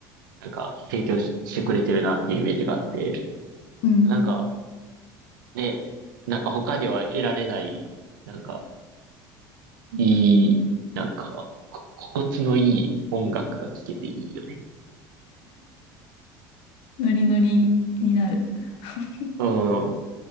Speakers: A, on the right; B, on the left.
A: なんか提供ししてくれてるなっていうイメージがあって、
B: うん。
A: なんかね、なんか他では得られない、なんかいい、なんか、こ心地のいい音楽が聴けていいよね。
B: ノリノリになる。<laughs>
A: うん。